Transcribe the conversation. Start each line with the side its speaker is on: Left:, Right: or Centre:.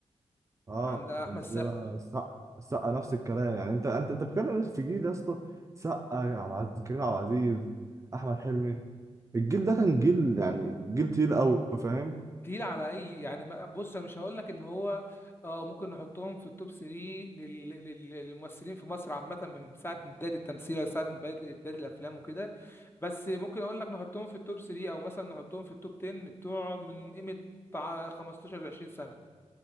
Right: اه
Left: عند احمد
Right: الجزيره
Left: السقا
Right: السقا السقا نفس الكلام يعني انت انت انت بتتكلم في جيل يا اسطى سقا عبد العزيز كريم عبد العزيز احمد حلمي الجيل ده كان جيل يعني جيل تقيل قوي فاهم
Left: تقيل على اي يعني ما- بص انا مش هقول لك ان هو اه ممكن نحطهم في التوب 3 لل- لل- للممثلين في مصر عامه من ساعه من بدايه التمثيل لساعه من بدايه بداية الافلام وكده بس ممكن اقول لك نحطهم في التوب 3 او مثلا نحطهم في التوب 10 بتوع من قيمه بتاع 15 ل 20 سنه